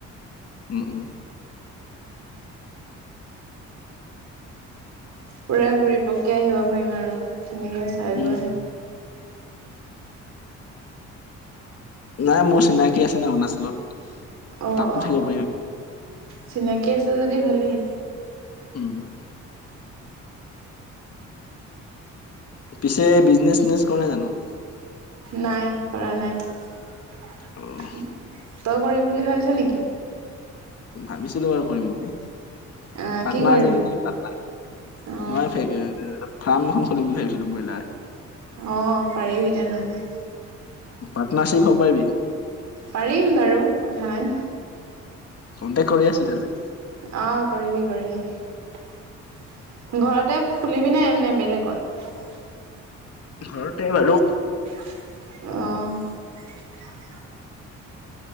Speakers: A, on the left (about 55°); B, on the right (about 65°).
A: উম উম
B: পুৰা ঘূৰি পককে আহিব পাৰিম আৰু তেুনেকৈ চাই
A: উম,
B: গৈ
A: নাই মোৰ চিনাকি আছে ন অৰুণাচলত
B: অ
A: তাতো
B: অ
A: থাকিব পাৰিম
B: চিনাকি আছে যদি ভালেই
A: উম পিছে বিজনেচ চজনেচ কৰা নাই জানো
B: নাই কৰা নাই তই
A: অ'
B: কৰিম বুলি ভাবিছ নেকি
A: ভাবিছিলো বাৰু কৰিম বুলি
B: আহ
A: পাটনা
B: কি কৰিবি?
A: আ যে নেকি পাট
B: অ'
A: মই ফাৰ্ম এখন খুলিিম বুলি ভাবিছতো ব্ৰইলাৰ
B: অঁ পাৰিবি তেনেহ'লে
A: পাটনাৰশিপ হ'বাব
B: পাৰিম বাৰু কথা নাই
A: কোনতেে কৰি আছো তেলে
B: অ কৰিবি কৰিবি ঘৰতে খুলিবি নাইানে বেলেগত
A: ঘৰতে মানু
B: অ